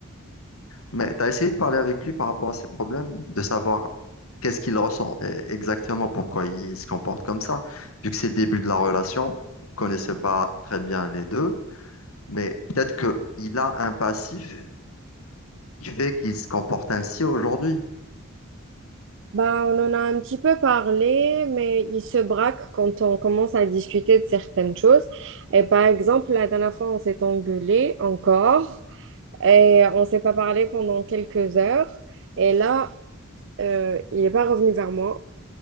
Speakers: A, on the left (about 85°); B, on the right (about 60°).
A: mais t'as essayé de parler avec lui par rapport à ses problèmes, de savoir qu'est-ce qu'il ressent et- exactement, pourquoi il se comporte comme ça. Vu que c'est le début de la relation, vous ne connaissez pas très bien les deux, mais peut-être que il a un passif qui fait qu'il se comporte ainsi aujourd'hui.
B: Bah, on en a un petit peu parlé, mais il se braque quand on commence à discuter de certaines choses. Et par exemple, la dernière fois, on s'est engueulé encore et on s'est pas parlé pendant quelques heures. Et là, Euh, il n'est pas revenu vers moi.